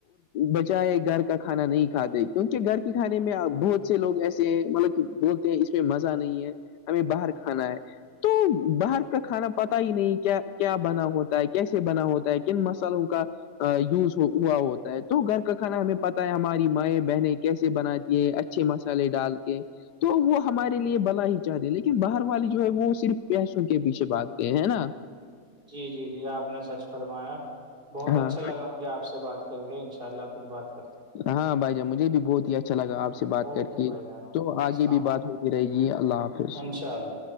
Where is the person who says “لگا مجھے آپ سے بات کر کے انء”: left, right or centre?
Right